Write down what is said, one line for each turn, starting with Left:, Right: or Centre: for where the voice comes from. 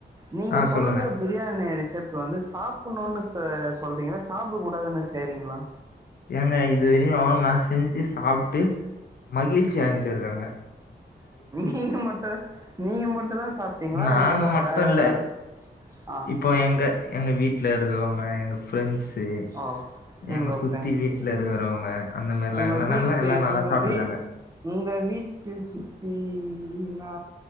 Right: நீங்க
Left: ஆஹ்
Right: சொல்ற
Left: சொல்லுங்க
Right: பிரியாணி அரிசியப் இப்ப வந்து சாப்புன்னு சொ சொல்றீங்களா சாப்ட கூடாதுன்னு செய்ரீங்களா
Left: ஏங்க இதுவரையு நா செஞ்சு சாப்ட்டு மகிழ்ச்சி அடஞ்சிருக்காங்க
Right: நீங்க மட்டு நீங்க மட்டுதா சாப்ட்டீங்களா
Left: நாங்க
Right: இல்லனா
Left: மட்டும்
Right: வேற யாராவது
Left: இல்ல
Right: ஆ
Left: இப்போ ‌எங்க எங்க வீட்லருக்கறவங்க எங்க ஃப்ரெண்ட்ஸு
Right: ஆ உங்க
Left: எங்க சு
Right: ஃப்ரெண்ட்ஸு
Left: வீட்ல இருக்கறவங்க அந்த மாரிலா
Right: உங்க
Left: நல்லா
Right: வீட்டு
Left: நல்லா எல்லாரு நல்லா
Right: உங்க
Left: சாப்ட்ருக்காங்க
Right: வீ உங்க வீட்டு சுத்தினா